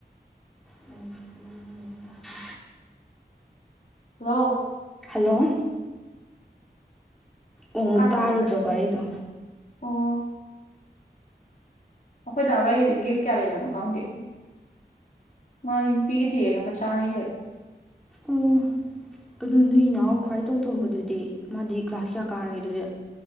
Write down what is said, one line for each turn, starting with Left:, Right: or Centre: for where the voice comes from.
Centre: ꯃꯅꯤꯛꯇ ꯄꯨ ꯃꯤ ꯇꯕ
Left: ꯂ
Centre: ꯍꯜꯂꯣ ꯑꯣꯃꯨꯛ
Left: ꯀꯥꯏ
Centre: ꯇꯥꯔꯨꯗ꯭ꯔꯕ
Left: ꯆꯠꯈꯤꯕ
Centre: ꯑꯩꯗꯣ
Left: ꯑꯣ ꯑꯩꯈꯣꯏ ꯖꯋꯥꯣꯏꯒꯤꯗꯤ ꯒꯤꯐ ꯀꯌꯥ ꯂꯩꯅꯣ ꯈꯪꯗꯦ ꯃꯥꯗꯤ ꯅꯨꯄꯤꯒ ꯊꯤꯑꯦꯗ ꯃꯆꯥꯅꯤ ꯂꯩ
Centre: ꯑꯣ ꯑꯗꯨ ꯅꯣꯏ ꯏꯅꯥꯎ ꯈ꯭ꯋꯥꯏ ꯇꯣꯟꯝ ꯇꯣꯝꯕꯗꯨꯗꯤ ꯃꯥꯗꯤ ꯀ꯭ꯂꯥꯁ ꯀꯌꯥ ꯀꯥꯔꯒꯦ ꯑꯗꯨꯗꯤ